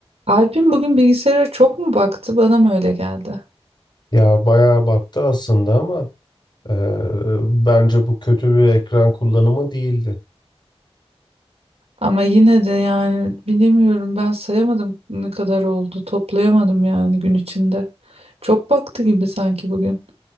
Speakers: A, on the right (about 80°); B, on the left (about 45°).
A: Alp'in bugün bilgisayara çok mu baktı? Bana mı öyle geldi?
B: Ya bayağı battı aslında ama e, bence bu kötü bir ekran kullanımı değildi.
A: Ama yine de yani bilemiyorum ben sayamadım ne kadar oldu. Toplayamadım yani gün içinde. Çok baktı gibi sanki bugün.